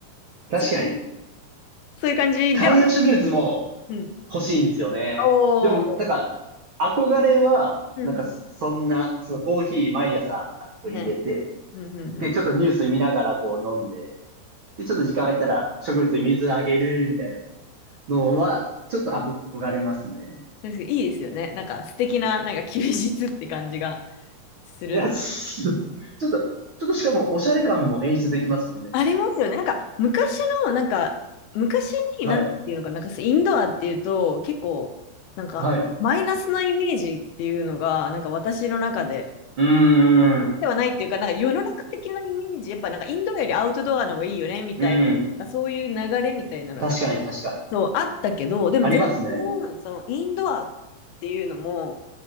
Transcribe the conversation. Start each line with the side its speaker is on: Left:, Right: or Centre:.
Right: 確かに。
Left: そそういう感じではない。
Right: 観葉植物も
Left: うん。
Right: 欲しいんですよね。
Left: おー。
Right: でも、なんか、憧れは、
Left: うんうん。
Right: なんか、そんな、そのコーヒー毎朝こう入れて、
Left: ね。うんうんうん。
Right: で、ちょっとニュース見ながらこう飲んで、で、ちょっと時間空いたら植物に水あげるみたいな。のは、ちょっと憧れますね。
Left: ですけどいいですよね。なんか素敵な、なんか休日って感じがする。
Right: いや、ちょっと、ちょっとちょっとしかも、おしゃれ感も演出できますもんね。
Left: ありますよね。なんか、昔の、なんか、昔に、
Right: はい。
Left: なんていうのかな、なんか、インドアっていうと、結構、なんか、
Right: はい。う
Left: マイナスなイメージっていうのが、なんか私の中で、
Right: ーん。
Left: ではないっていうか、なんか世の中的なイメージ、やっぱなんかインドアよりアウトドアの方がいいよね、みたいな、
Right: うん。
Left: なんかそういう流れみたいなのが、
Right: 確かに、確かに。
Left: そう、あったけど、でも全然、
Right: ありますね。
Left: その、インドアっていうのも、